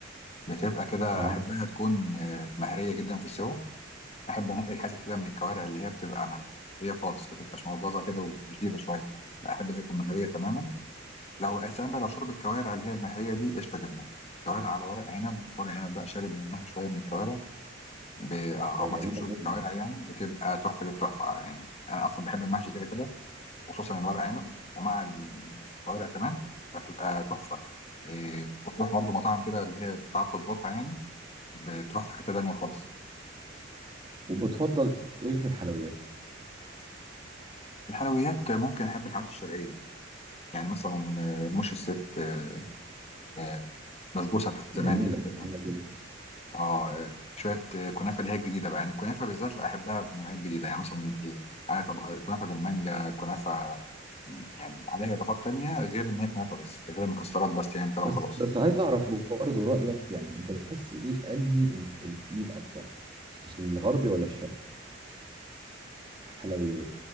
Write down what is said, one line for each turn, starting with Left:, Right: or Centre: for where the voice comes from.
Left: بتبقى كده
Right: اه
Left: احبها تكون آه، مهريه جدا في السوا احب انقي الحتت كده من الكوارع اللي هي بتبقى مهريه خالص ما تبقاش مغلظه كده وشديده شويه لا احب اللي تكون مهريه تماما لو اساسا بقى لو شربت كوارع اللي هي المهريه دي قشطه جدا كوارع على ورق عنب ورق عنب بقى شارب منها شويه من الكوارع ب... او
Right: بيبقى
Left: مثلا
Right: جميلة
Left: شوربه
Right: جدا
Left: كوارع يعني بتبقى تحفه التحفه يعني انا اصلا بحب المحشي كده كده وخصوصا الورق عنب ومع الكوارع كمان فبتبقى تحفه إيه وتروح برضه مطاعم كده اللي هي بتعرف تظبطها يعني بتروح في حته تانيه خالص
Right: وبتفضل ايه في الحلويات
Left: الحلويات ممكن احب الحلويات الشرقيه يعني مثلا آه، رموش الست آه، آه، بسبوسه بتاعت
Right: جميلة
Left: زمان دي الحلوه
Right: جميلة جدا
Left: اه آه، شويه آه، كنافه اللي هي الجديده بقى يعني الكنافه بالذات لا احبها بالنوعيه الجديده يعني مثلا ال- عليها طبق كنافه بالمانجا كنافه يعني عليها اضافات تانية غير ان هي كنافه بس غير المكسرات بس يعني كده
Right: بس
Left: وخلاص
Right: بس عايز اعرف برضه رأيك يعني انت بتحس ايه انهي ال- التقيل اكتر الغربي ولا الشرقي حلويات